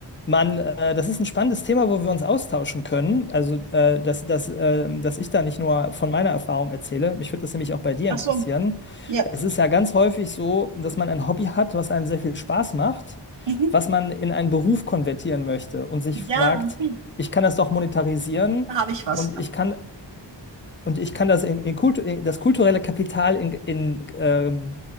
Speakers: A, on the left; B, on the right.
A: man, äh, das ist ein spannendes Thema, wo wir uns austauschen können. Also äh, dass, dass, äh, dass ich da nicht nur von meiner Erfahrung erzähle. Mich würde das nämlich auch bei dir
B: Ach
A: interessieren.
B: so, ja.
A: Es ist ja ganz häufig so, dass man ein Hobby hat, was einem sehr viel Spaß macht,
B: Mhm.
A: was man in einen Beruf konvertieren möchte und sich fragt,
B: Ja, hm,
A: ich kann das doch monetarisieren
B: da habe ich was.
A: und ich kann Und ich kann das in, in Kultu in das kulturelle Kapital in, in, ähm,